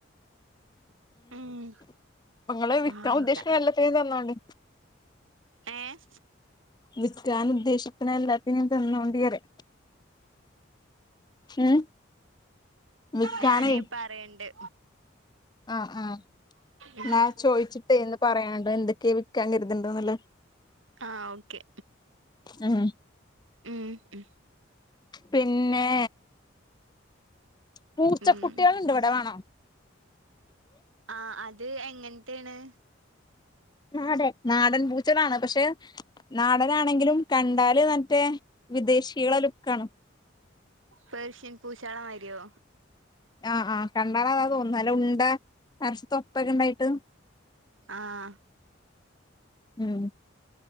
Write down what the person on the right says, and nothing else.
ഉം
അങ്ങൻത്ത
ഏഹ്
ഞാന് പറയണ്ട്
ഉം
ആഹ് ഓക്കെ
ഉം ഉം
ഉം
ആഹ് അത് എങ്ങൻത്തെണ്
പേർഷ്യൻ പൂശാള മാരിയോ
ആഹ്